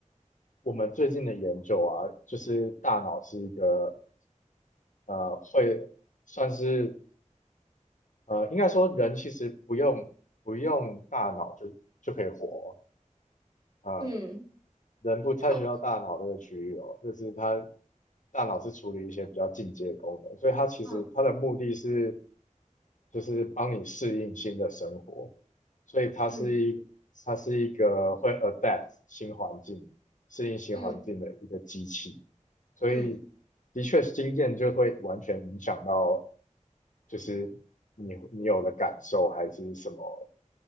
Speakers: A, on the left; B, on the right.
A: 我们最近的研究啊，就是大脑是一个呃会算是呃应该说人其实不用不用大脑就就可以活哦，呃，
B: 嗯，
A: 人不太需要大脑这个区域哦，
B: 靠，
A: 就是它大脑是处理一些比较进阶功能，所以它其实它的目的是
B: 嗯
A: 就是帮你适应新的生活，所以它是一它是一个会
B: 嗯
A: adapt 新环境、适应新环境的一个机器，
B: 嗯
A: 所以
B: 嗯
A: 的确经验就会完全影响到就是你你有的感受还是什么